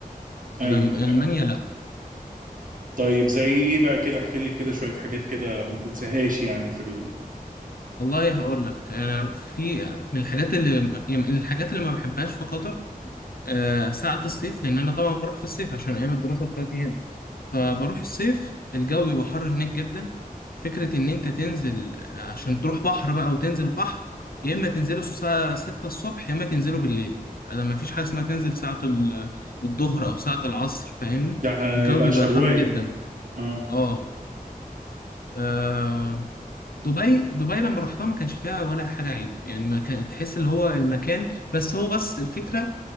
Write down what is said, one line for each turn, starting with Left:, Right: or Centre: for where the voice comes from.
Right: ايوه
Left: ادم المانيا
Right: ايوه
Left: لا
Right: طيب زي ايه بقى كده احكي لي كده شويه حاجات كده ما تنساهاش يعني في ال...
Left: والله هقول لك انا في من الحاجات اللي يعني من الحاجات اللي ما بحبهاش في قطر آه ساعه الصيف لان انا طبعا بروح في الصيف عشان ايام الدراسه بتاعتي هنا فبروح الصيف الجو بيبقى حر هناك جدا فكرة إن أنت تنزل عشان تروح بحر بقى وتنزل بحر يا إما تنزله الساعة 6 الصبح يا إما تنزله بالليل أنا مفيش حاجة اسمها تنزل ساعة ال- الظهر أو ساعة العصر فاهمني
Right: ده هيبقى
Left: الجو بيبقى
Right: شوايه
Left: حر جدا
Right: اه
Left: آه آه، دبي دبي لما رحتها ما كانش فيها ولا حاجة عيب يعني ما كان تحس اللي هو المكان بس هو بس الفكرة